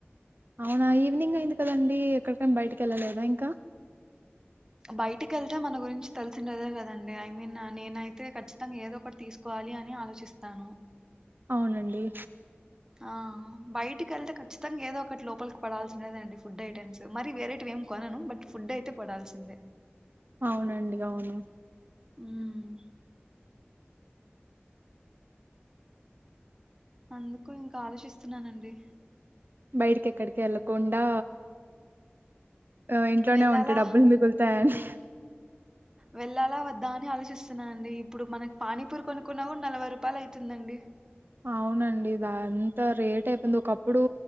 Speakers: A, on the right; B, on the right.
A: అవునా ఈవినింగ్ అయింది కదండి ఎక్కడికైనా బయటికి ఎల్లలేదా ఇంకా
B: బయటికి వెళ్తే మన గురించి తెలిసినదే కదండి, ఐ మీన్ నేనైతే ఖచ్చితంగా ఏదో ఒకటి తీసుకోవాలి అని ఆలోచిస్తాను.
A: అవునండి
B: ఆ బయటికి వెళ్తే ఖచ్చితంగా ఏదో ఒకటి లోపలికి పడాల్సినదే అండి ఫుడ్ ఐటెమ్స్ మరి వేరేటివేం కొనను బట్ ఫుడ్ అయితే పడాల్సిందే
A: అవునండి అవును
B: ఉమ్ అందుకు ఇంకా ఆలోచిస్తున్నానండి
A: బయటికెక్కడికి ఏళ్లకుండా ఆ ఇంట్లోనే
B: వెళ్ళాలా
A: ఉంటె డబ్బులు మిగులుతాయని
B: వెళ్ళాలా వద్దా అని ఆలోచిస్తున్నా అండి ఇప్పుడు మనకి పానీపూరీ కొనుక్కున్న కూడా నలభై రూపాయలు అయితుందండి
A: అవునండి ఇది అంత రేట్ అయిపోంది ఒకప్పుడు